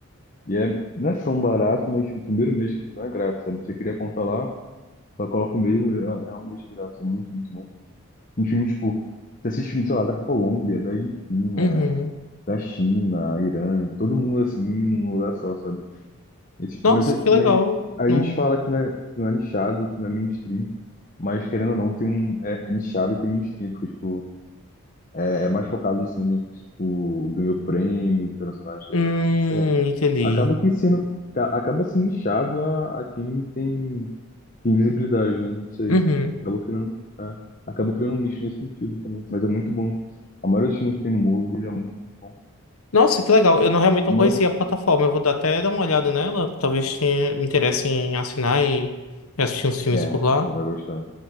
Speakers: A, on the left; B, on the left.
A: E é, não é tão barato, mas tipo, o primeiro mês que eles dão é grátis, sabe? Você queria contar lá, Só coloca o meio, é é um mês de graça, é muito, muito bom. Tem filme, tipo, você assiste filme, sei lá, da Colômbia, da Argentina,
B: Uhum.
A: da China, Irã, todo mundo assim, num lugar só, sabe? É, tipo,
B: Nossa,
A: mas, é-
B: que legal.
A: mas a
B: Não...
A: gente fala que não é, que não é nichado, que não é mainstream, mas querendo ou não, tem um, é, é nichado e tem mainstream, porque, tipo, é, é mais focado no cinema, que, tipo, ganhou prêmios internacionais e tudo
B: Hum,
A: mais, sei lá.
B: entendi.
A: Acaba que sendo, ca- acaba sendo nichado a, a quem tem tem visibilidade, né? Não sei.
B: Uhum.
A: Acaba criando, é, acaba criando um nicho nesse sentido também. Mas é muito bom. A maioria dos filmes que tem no MUBI é muito, muito bom.
B: Nossa, que legal. Eu não, realmente não
A: Mas,
B: conhecia a plataforma. Eu vou dar- até dar uma olhada nela. Talvez tenha- me interesse em assinar e e assistir uns filmes
A: é,
B: por lá.
A: você vai gostar.